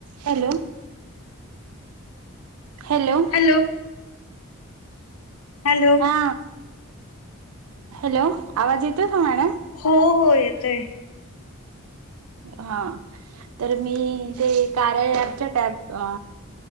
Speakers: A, on the right; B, on the left.
A: Hello. Hello.
B: Hello. Hello.
A: हा, hello. आवाज येतोय का मॅडम?
B: हो.. हो. येतोय.
A: हा, तर मी ते कार्य ऍपच्या टॅप आ